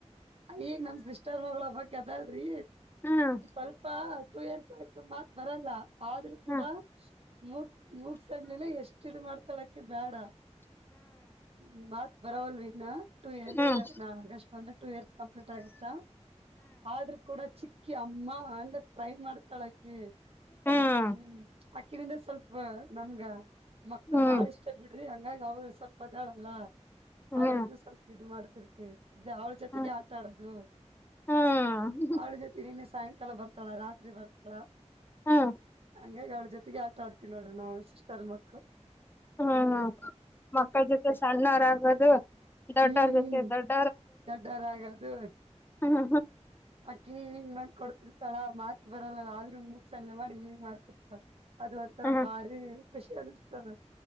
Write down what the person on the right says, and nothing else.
ಈಗ ನಮ ದಷ್ಟರ್ಮಳ ಬಕ್ <unintelligible> ಕದಲ್ರಿ
ಸ್ವಲ್ಪ ಟು <unintelligible> ಎರ್ಸ್ ಮಾತ್ ಬರಲ್ಲ ಆದ್ರೂ ಕೂಡ
ಮುಗ ಮೂಗಸಣ್ಮಲೆ ಎಷ್ಟ ಇ <unintelligible> ಮಾಡ್ತಾಳಕ ಬೇಡ ಹ್ಮತ್ ಪರವಾಗಿಲ್ಲ ವಿನ ಟು ಇಯರ್ಸ್
ಒಂದು ಟೂ ಇಯರ್ಸ್ ಕಂಪ್ಲೀಟ್ ಆಗತ್ತ ಆದ್ರೂ ಕೂಡ ಚಿಕ್ಕಿ ಅಮ್ಮ ಅಂದ ಫ್ರೈ ಮಾಡ್ತಾಳ ಅಕ್ಕಿ
ಹ್ಮ ಅಕ್ಕಿನಿಂದ ಸ್ವಲ್ಪ ನ ಹಂಗ ಮಕ್ಳ
ಬಾಳ ಇಷ್ಟ ಬಿಡ್ರಿ ಹಂಗಂಗ ಅವ್ರು ಸ್ವಲ್ಪ ದಳ ಲಾ <unintelligible>
ಅವಳಿಂದ ಸ್ವಲ್ಪ ಇ ಮಾಡ್ತ ತ <unintelligible> ಅವಳ ಜೊತೆಗೆ
ಆಟಾಡದು
ಅವಳ ಜೊತೆಗೆನ್ನ ಸಾಯ ಕಲ್ಲ ಬರ್ತಾಳ ರಾತ್ರಿ ಬರ್ತಳ
ಹಂಗಗೆ ಅವಳ ಜೊತೆಗೆ ಆಟ ಆಡ್ತಿಲ್ಲಾಳ ನಾವು ಸಿಸ್ಟರ್ ಮಕ್ಕಳು
ಹ್ಮ್
ಹ್ಮ್
ದೊಡ್ಡರಾಗದು
ಅಕ್ಕನ್ ಹನ್ ಬಂದ್ ಕೊಡ್ತ ಸ್ಥಳ ಮಾತ್ ಬರಲ್ಲ ಆದ್ರೂ ಹಂಗ್ ಮುಕ್ಸಲ್ಲೆ ಮಾಡಿ ಹಂಗ್ ಮಾಡ್ತಿತ್ತ ಅದ್ ಒಂಥರ
ಬಾರಿ. ಖುಷಿ ಅನ್ಸ್ತದ.